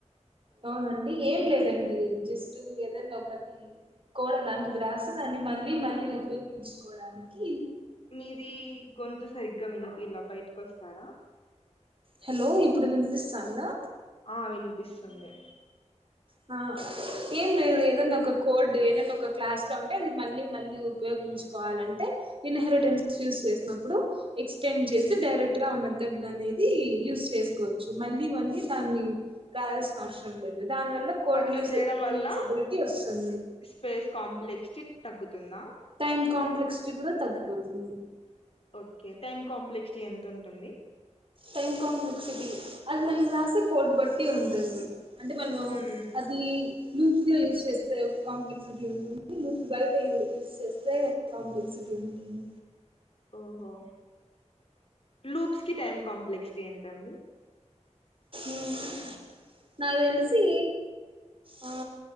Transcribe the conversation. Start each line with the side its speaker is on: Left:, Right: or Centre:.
Right: అవునండి ఏం లేదండి జస్ట్ ఏదనొకటి. కోడ లాంటిది వ్రాసి దాన్ని మళ్ళీ మళ్ళీ ఉపయోగించుకోడానికి.
Left: మీది గొంతు సరిగ్గా వినిపియాల బయటికోస్తారా.
Right: హాలో ఇప్పుడు వినిపిసందా.
Left: ఆ వినిపిసుంది.
Right: హా. ఏం లేదు ఏదనా ఒక కోడ్డు ఏదైన్న ఒక క్లాస్ లో ఉంటే అది మళ్ళీ మళ్ళీ ఉపయోగించుకోవాలంటే. ఇన్హెరిటెన్స్ యూస్ చేసినప్పుడు ఎక్స్టెండ్ చేసి డైరెక్ట్ గా ఆ మెథడ్ననేది యూ. సు చేసుకోవచ్చు మళ్లీ మళ్లీ దాన్ని రాయాల్సిన అవసరం లేదు దాన్. కోడు
Left: అట్లా
Right: యూజ
Left: చేయడం వల్ల
Right: రియూజబిలిటీ వొసుంది.
Left: స్పేస్ కాంప్లెక్స్టీ తగ్గుతుందా
Right: టైం కాంప్లెక్సిటీ గూడా తగ్గిపోతుంది.
Left: ఒకే టైమ్ కాంప్లెక్సిటీ ఎంతుంటుంది.
Right: టైమ్ కాంప్లెక్సిటీ, అది మనం రాసే కోడ్ బట్టి ఉంటుంది. అంటే మనం
Left: మ్మ్.
Right: అది లూప్స్ లో యూజ్ చేస్తే ఒక కాంప్లెక్సిటీ ఉంటుంది. లూప్స్ బయట యూ యూస్ చేస్తే ఒక కాంప్లెక్సిటీ ఉంటుంది.
Left: ఓహో, లూప్స్కి టైమ్ కాంప్లెక్స్టి ఎంతండి.
Right: ఊహ్మ్ నాదెల్సి ఆ.